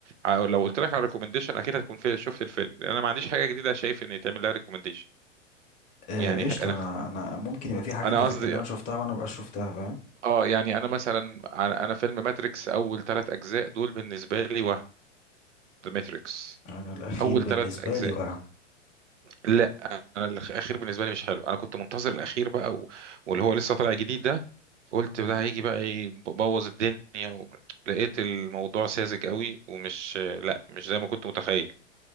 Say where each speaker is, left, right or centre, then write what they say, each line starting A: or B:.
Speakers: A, on the right; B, on the left.
A: ع- لو قلت لك على ريكومنديشن اكيد هتكون في شفت الفيلم لان انا ما عنديش حاجه جديده شايف ان يتعمل لها ريكومنديشن
B: آه،
A: يعني
B: قشطة
A: انا
B: انا انا ممكن يبقى في حاجة
A: انا
B: انت فاكر
A: قصدي
B: ان انا شفتها وانا مبقاش شفتها فاهم
A: اه يعني انا مثلا انا أنا فيلم ماتريكس اول ثلاث اجزاء دول بالنسبه لي وهم ذا ماتريكس
B: انا الاخير
A: اول
B: بالنسبة
A: ثلاث اجزاء
B: لي واهم
A: لا انا الاخير بالنسبه لي مش حلو انا كنت منتظر الاخير بقى و- واللي هو لسه طالع جديد ده قلت
B: مم.
A: ده هيجي بقى يبوظ الدنيا و... لقيت الموضوع ساذج قوي ومش لا مش زي ما كنت متخيل